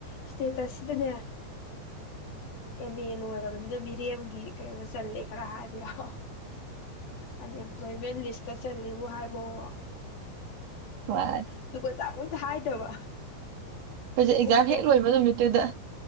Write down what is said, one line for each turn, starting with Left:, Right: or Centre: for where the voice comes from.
Left: ꯏꯁꯇꯦꯇꯁ ꯁꯤꯗꯅꯦ ꯑꯦꯝ ꯑꯦ ꯂꯣꯏꯔꯕꯅꯤꯅ ꯃꯤꯔꯦꯝꯒꯤ ꯀꯩꯅꯣꯗ ꯆꯂꯦ ꯈꯔ ꯍꯥꯏꯕ ꯌꯥꯕ ꯑꯟꯑꯦꯝꯄ꯭ꯂꯣꯏꯃꯦꯟ ꯂꯤꯁꯇ ꯆꯂꯦꯕꯨ ꯍꯥꯏꯕ ꯑꯣ
Right: ꯑꯩꯈꯣꯏꯁꯨ
Left: ꯑꯗꯨꯒꯥ ꯆꯕ ꯇ ꯍꯥꯏꯗꯕ
Right: ꯑꯩꯈꯣꯏꯦ
Left: ꯑꯩꯅ ꯑꯣ
Right: ꯑꯦꯛꯖꯥꯝ
Left: ꯑꯦꯝ
Right: ꯍꯦꯛ ꯂꯣꯏꯕ ꯅꯨꯃꯤꯠꯇ ꯑꯗꯨꯗ